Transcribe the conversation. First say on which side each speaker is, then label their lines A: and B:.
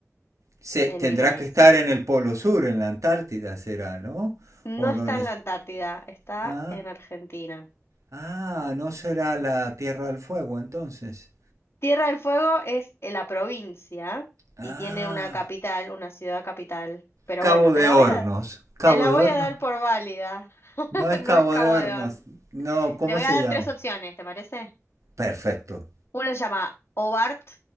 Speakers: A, on the right; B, on the left.
A: se,
B: en
A: tendrá
B: mi país.
A: que estar en el Polo Sur, en la Antártida será, ¿no?
B: No
A: O
B: está
A: no, no
B: en
A: es-
B: la Antártida, está
A: ah,
B: en Argentina.
A: ah, no será la Tierra del Fuego entonces.
B: Tierra del Fuego es eh, la provincia
A: Ah,
B: y tiene una capital, una ciudad capital. Pero
A: Cabo
B: bueno, te
A: de
B: la
A: Hornos.
B: voy a,
A: Cabo
B: te la
A: de
B: voy
A: Hornos.
B: a dar por válida. <laughs>
A: No es Cabo
B: No es Cabo
A: de Hornos.
B: Horn.
A: No, ¿cómo
B: Te voy
A: se
B: a dar
A: llama?
B: tres opciones, ¿te parece?
A: Perfecto.
B: Una se llama Hobart,